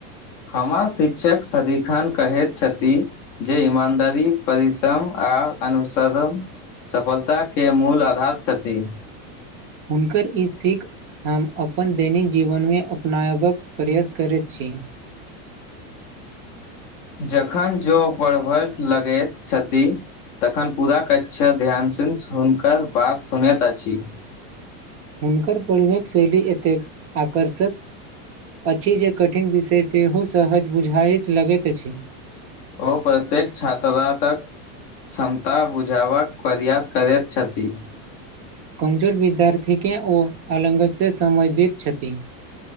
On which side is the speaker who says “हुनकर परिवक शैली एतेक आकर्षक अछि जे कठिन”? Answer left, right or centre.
Right